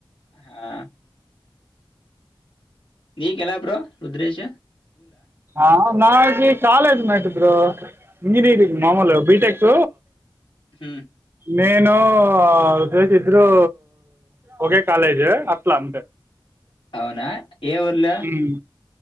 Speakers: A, on the left; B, on the right.
A: హా నీకు ఎలా బ్రో రుద్రష
B: ఆ నాకి కాలేజ్ మేట్ బ్రో ఇంజనీరింగ్ మామూలుగా బి టెక్
A: అ
B: నేను ఆ ఇద్దరూ ఒకే కాలేజు అట్లా అంతే
A: అవునా ఏ ఊర్లో
B: ఉమ్.